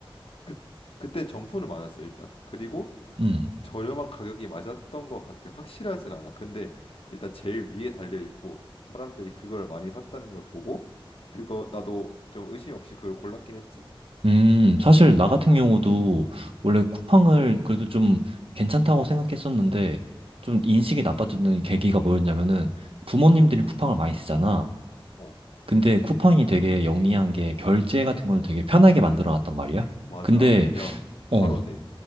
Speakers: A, on the left; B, on the right.
A: 그 그때 정품은 많았어 일단. 그리고
B: 음.
A: 저렴한 가격이 맞았던 것 같아. 확실하진 않아. 근데 일단 제일 위에 달려 있고 사람들이 그걸 많이 샀다는 걸 보고 그거 나도 좀 의심 없이 그걸 골랐긴 했지.
B: 음, 사실 나 같은 경우도 원래 쿠팡을 그래도 좀 괜찮다고 생각했었는데 좀
A: 음.
B: 인식이 나빠졌던 계기가 뭐였냐면은 부모님들이 쿠팡을 많이 쓰잖아.
A: 어.
B: 근데 쿠팡이 되게 영리한 게 결제 같은 걸 되게 편하게 만들어 놨단 말이야.
A: 맞아.
B: 근데
A: 그냥 바로
B: 어,
A: 돼.